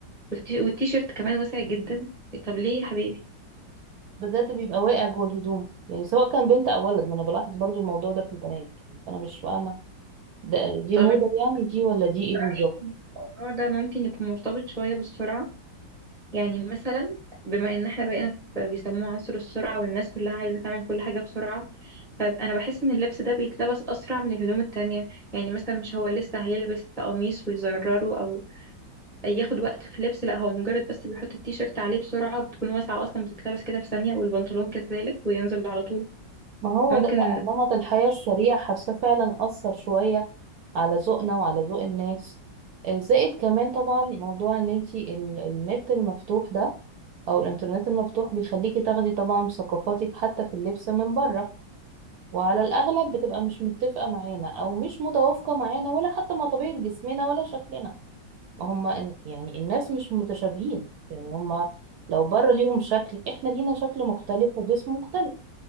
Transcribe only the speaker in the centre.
والتي- والتيشيرت كمان واسع جدا طب ليه يا حبيبي
طب
رأيي
إن الموضوع ده ممكن يكون مرتبط شوية بالسرعة يعني مثلا بما ان احنا بقينا في بيسموه عصر السرعة والناس كلها عايزة تعمل كل حاجة بسرعة فأنا بحس ان اللبس ده بيتلبس أسرع من الهدوم التانية يعني مثلا مش هو لسه هيلبس قميص ويزرره أو ياخد وقت في لبس لا هو مجرد بس بيحط التيشيرت عليه بسرعة بتكون واسعة أصلا بتتلبس كده في ثانية والبنطلون كذلك وينزل على طول
ممكن